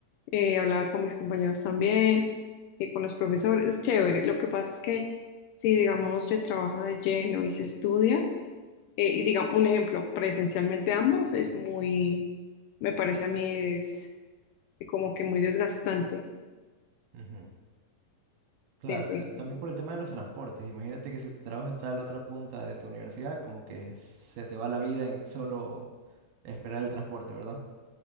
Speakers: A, on the left; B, on the right.
A: Eh, hablaba con mis compañeros también, eh, con los profesores, es chévere. Lo que pasa es que si, digamos, se trabaja de lleno y se estudia, Eh, y digamos, un ejemplo, presencialmente ambos es muy, me parece a mí es como que muy desgastante.
B: Ujú. Claro,
A: Sí, entonces,
B: t- también por el tema de los transportes. Imagínate que si tu trabajo está a la otra punta de tu universidad, como que se te va la vida en solo esperar el transporte, ¿verdad?